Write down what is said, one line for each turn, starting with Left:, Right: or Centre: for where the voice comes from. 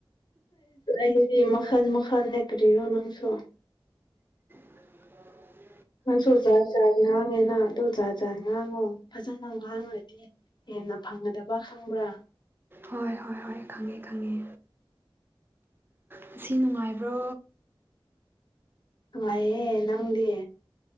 Left: ꯑꯩꯗꯤ ꯃꯈꯜ ꯃꯈꯜ ꯅꯠꯇꯔꯦ ꯅꯪꯁꯨ
Right: <unintelligible>
Left: ꯅꯪꯁꯨ ꯖꯥꯖꯥꯗꯤ ꯉꯥꯡꯉꯦꯅ ꯑꯗꯨꯣ ꯖꯥ ꯆꯖꯥ ꯉꯥꯡꯉꯣ ꯐꯖꯅ ꯉꯥꯡꯉꯗꯤ ꯍꯦꯟꯅ ꯐꯪꯒꯗꯕ ꯈꯪꯕ꯭ꯔꯥ
Right: ꯍꯣꯏ ꯍꯣꯏ ꯍꯣꯏ ꯈꯪ ꯈꯪꯉꯦ ꯈꯪꯉꯦ ꯅꯥꯁꯤ ꯅꯨꯡꯉꯥꯏꯕ꯭ꯔꯣ
Left: ꯅꯨꯡꯉꯥꯏꯌ‌ꯦ ꯅꯪꯗꯤ